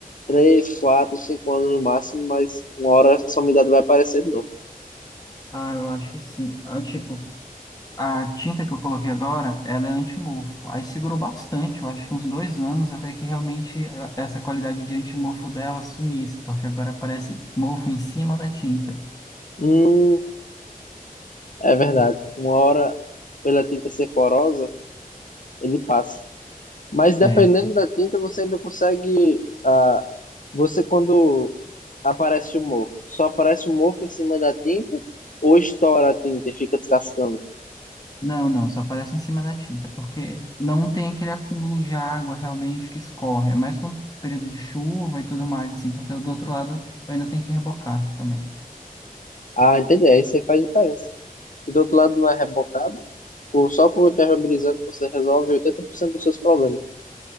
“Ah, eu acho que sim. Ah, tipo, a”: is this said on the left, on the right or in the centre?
Left